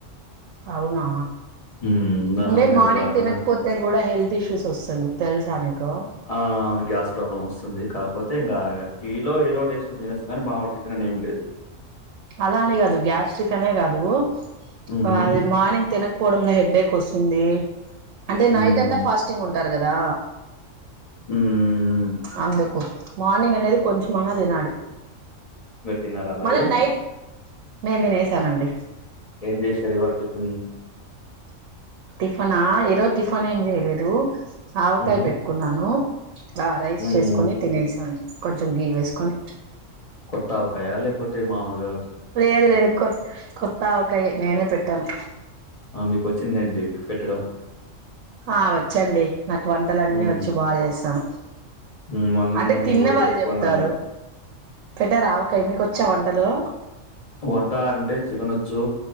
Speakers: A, on the right; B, on the left.
A: అవునా
B: హ్మ్. దానివల్ల
A: అంటే
B: నిద్ర
A: మార్నింగ్
B: రాకుండా
A: తినకపోతే కూడా హెల్త్ ఇష్యూస్ వస్తుంది తెలుసా మీకు
B: ఆ అవును గ్యాస్ ప్రాబ్లం వస్తుంది కాకపోతే ఇంకా టీ లో ఏదో వేసుకుొని తినసు కానీ మా వాళ్ళ టిఫిన్ అని ఏం లేదు
A: అలా అని కాదు గ్యాస్ట్రిక్ అనే కాదు
B: హుహు.
A: అ మార్నింగ్ తెన పోవడంలో హెడ్ేక్ వస్తుంది అంటే
B: హ్మ్.
A: నైట్ అంతా
B: హ్మ్.
A: ఫాస్టింగ్ ఉంటారు కదా
B: హ
A: అందుకో మార్నింగ్ అనేది కొంచమ తినాలి
B: మీరు తిన్నారా మరి
A: మళ్ళా నైట్ నేను తినసానండి
B: ఏం చేయరు టిఫిన్
A: టిిఫనా ఇరో టిిఫన్ ఏం చేయలేదు ఆవకాయ
B: హుహు.
A: పెట్టుకున్నాను ఆ రైస్
B: హ్మ్.
A: చేసుకుొని తినేసాను కొంచెం గీయ వేసుకొని
B: కొత్తాకాయాలే కొత్త మాఊగా
A: లేదు లేదు కొ కొత్తాక నేనే పెట్టాను
B: ఆ! మీకొచ్చిందేంటి పెట్టడం?
A: ఆ వచ్చండి నాకు వంటల అన్నీ
B: హ్మ్.
A: వచ్చి బాగా చేస్తాను
B: హ్మ్. మొన్ననే
A: అంటే
B: నేను
A: తిన్న
B: గూడా
A: వాళ్ళు
B: పెట్టుకున్నాను.
A: చెప్తారు పెటా ఆకాయ మీకొచ్చా వంటలు
B: వంట అంటే చికెన్ వచ్చు